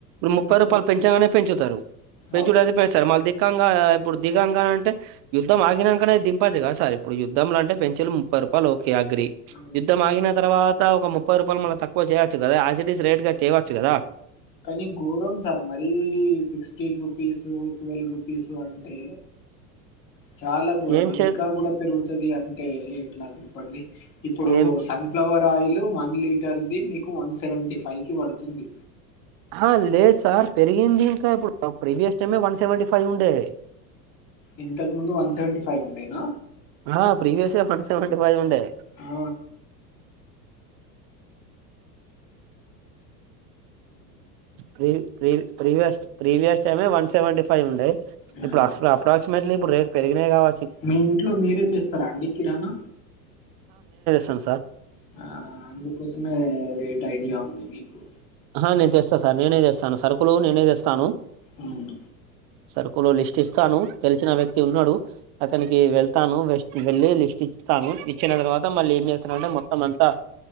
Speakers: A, on the right; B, on the left.
A: ముప్పై
B: అదే
A: రూపాల్ నే పెంచుతారు పెంచుడయితే
B: అవును
A: సగం మళ్ళ దిక్కంగా ఇప్పుడు దిగంగా అంటే యుద్ధం ఆగినంకనే దింపచ్చు కదా సార్ ఇప్పుడు యుద్ధం అంటే పెంచలు ముప్పై రూపాయలు ఒ కే అగ్రీ
B: అవును
A: యుద్ధం ఆగిన తర్వత్ త ఒక ముప్పై రూపాయలు మళ్ళ తక్కువ చేయవచ్చు కదా ఆయాసిటీస్ రేట్గా చేయవచ్చు కదా
B: కానీ గోరం సార్ మరీ సిక్స్టీన్ రూపీస్ టు టువేల్ పిసు అంటే చాలా ఘోరం
A: ఏం
B: ఇంకా
A: చే
B: కూడా పెరుగుతది అంటే ఎట్లా చెప్పండి ఇప్పుడు
A: ఏం
B: సన్ఫ్లవర్ ఆయిల్ వన్ లీటర్ది వన్ సెవెీ ఫైవ్ కి పడుతుంది
A: అహ లేదు సార్ పెరిగింది ఇంకా ఇప్పుడు ప్రీవియస్ టైమే వన్ సెవెంటీ ఫైవ్ ఉండే
B: ఇంతకు ముందు వన్ సెవెంటీ ఫైవ్ ఉండేనా
A: ఆ ప్రీవీయస్ ఏ వన్ సేవంటి ఫైవ్ ఉండె
B: ఆ
A: క్రి ప్రీ ప్రీవియస్ ప్రీవియస్ టైమ్ ఏ వన్ సెవెంటీ ఫైవ్ ఉండే్
B: ఆ.
A: ఇప్పుడు అప్రోక్సిమేట్లీ ఇప్పుడు రేట్ పెరిగినయ్ కావ
B: మీ ఇంట్లో మీరే తెస్తారా అండి కిరాణా
A: సంసార్
B: ఆ అందుకోసమే రేట్ ఐడియా ఉంది మీకు
A: ఆహ నేను చేస్తాను సార్ నేనే చేస్తాను సరుకులు నేనే చేస్తాను
B: అవునా
A: సరుకు లో లిస్ట్ ఇస్తాను తెలిసిన వ్యక్తి ఉన్నాడు అతనికి వెళ్తాను వె వెళ్ళి లిస్ట్ ఇస్తతాను ఇచ్చిన తర్వాత మళ్ళీ ఏం చేస్తానంటే మొత్తం అంతా